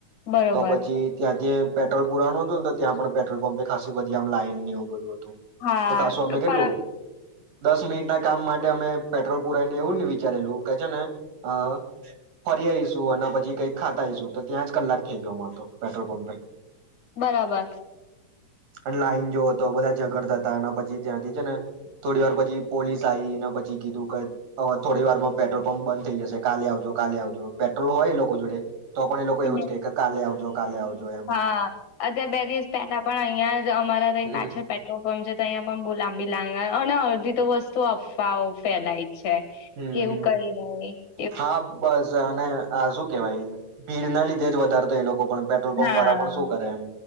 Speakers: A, on the left; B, on the right.
A: બરોબર
B: તો પછી ત્યાં જે પેટ્રોલુરા નો હતુંને્યા પણ પે્રોલ પપ ખી આમ લાઈનનેવું બધું હતું
A: હા
B: તો ખાસું અમે કેટલું
A: પર
B: દસ મિનિટ ના કામ માટે અમે પેટ્રોલ પુરાયને એવું જ નને વિચારેલું કે છે ને હા ફરી આવીઈશું અને પછી કઈક ખાતા આઈશું તો ત્યાં જ કલાક થઈ ગયો અમારે તો પેટ્રોલ પંપે
A: બરાબર
B: અને લાઈન જોો હતો બધા ઝઘડતા હતા અને પછી ત્યાંથી છે ને થોડી વાર પછી પોલીસ આવી પછી કીધું કે થોડી વાર પેટ્રોલ પંપ બંધ થઇ જશે કાલે આવજો કાલે આવજો જો પેટ્રોલ હોય એ લોકો જોડે તો પણ એ લોકો
A: હ
B: એવું જ કે કે કાલે આવજો કાલે આવજો એમ
A: હા અધ બે દિવસ પેલા પણ અહીયા અમારા ત
B: હમ
A: પાછ પે્રોલં્પ છે તો અંયા પણ બુ લંબી લ અને અડધી તો વસ્તુ અવાઓ ફેલાય
B: હમ
A: છે એવું કરી હોય
B: હા બસ અને હા શું કેવાય ભીડ ના લીધે જ વધારતો એ લોકો પેટ્રોલ પંપ
A: હા
B: વાળા પણ શું કરે